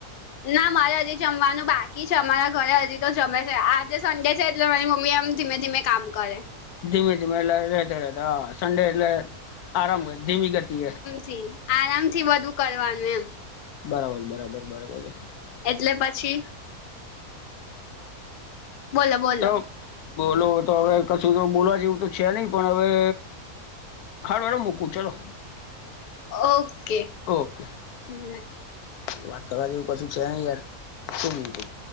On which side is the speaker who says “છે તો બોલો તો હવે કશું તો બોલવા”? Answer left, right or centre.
Left